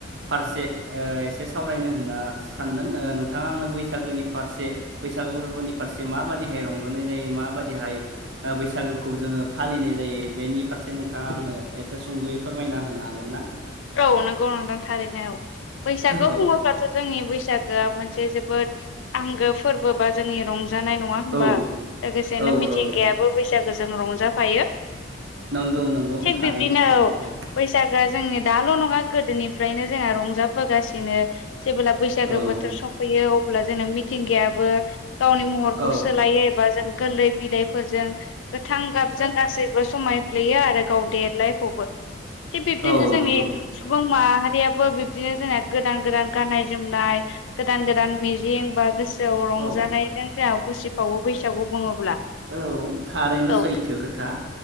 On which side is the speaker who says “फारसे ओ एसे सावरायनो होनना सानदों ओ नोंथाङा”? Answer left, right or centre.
Right